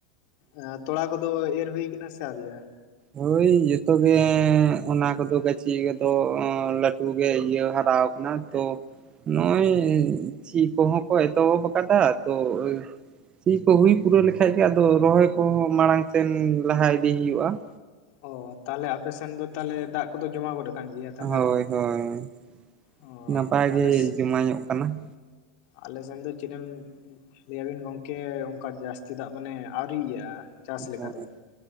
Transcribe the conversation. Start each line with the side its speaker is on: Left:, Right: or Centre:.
Left: ᱮᱸ ᱛᱚᱲᱟ ᱠᱚᱫᱚ ᱮᱨ ᱦᱩᱭ ᱠᱟᱱᱟ ᱥᱮ ᱟᱹᱣᱨᱤᱭᱟᱜᱼᱟ?
Right: ᱦᱳᱭ ᱡᱚᱛᱚ ᱜᱮᱸᱻ ᱚᱱᱟ ᱠᱚᱫᱚ ᱜᱟᱹᱪᱷᱤ ᱠᱚᱫᱚ ᱞᱟᱹᱴᱩ ᱜᱮ ᱤᱭᱟᱹ ᱦᱟᱨᱟᱣ ᱟᱠᱟᱱᱟ᱾
Left: ‍ <inaudible>
Right: ᱱᱚᱸᱜᱼᱚᱭ ᱥᱤ ᱠᱚᱦᱚᱸ ᱠᱚ ᱮᱛᱚᱦᱚᱵ ᱟᱠᱟᱫᱟ ᱛᱚ ᱥᱤ ᱠᱚ ᱦᱩᱭ ᱯᱩᱨᱟᱹᱣ ᱞᱮᱠᱷᱟᱡ ᱜᱮ ᱟᱫᱚ ᱨᱚᱦᱚᱭ ᱠᱚᱦᱚᱸ ᱢᱟᱬᱟᱝ ᱥᱮᱱ ᱞᱟᱦᱟ ᱤᱫᱤᱭ ᱦᱩᱭᱩᱜᱼᱟ ᱾
Left: ᱚ ᱛᱟᱦᱚᱞᱮ ᱟᱯᱮ ᱥᱮᱱ ᱫᱚ ᱛᱟᱦᱚᱞᱮ ᱫᱟᱜ ᱠᱚᱫᱚ ᱡᱚᱢᱟ ᱜᱚᱫ ᱟᱠᱟᱱ ᱜᱮᱭᱟ ᱛᱟᱦᱚᱞᱮ
Right: ᱦᱳᱭ
Left: ᱵᱟᱝ?
Right: ᱦᱳᱭ,
Left: ᱚ
Right: ᱱᱟᱯᱟᱭ
Left: ᱟᱞᱮ
Right: ᱜᱮ ᱡᱚᱢᱟ ᱧᱚᱜ ᱠᱟᱱᱟ ᱾
Left: ᱟᱞᱮ ᱥᱮᱱ ᱫᱚ ᱪᱮᱱᱮᱢ ᱞᱟᱹᱭᱟᱵᱤᱱ ᱜᱚᱝᱠᱮ, ᱚᱱᱠᱟ ᱡᱟᱹᱥᱛᱤ ᱫᱟᱜ ᱢᱟᱱᱮ ᱟᱹᱣᱨᱤᱭᱟᱜᱼᱟ᱾ ᱪᱟᱥ ᱞᱮᱠᱟ
Right: ᱦᱳᱭ
Left: ᱫᱚ,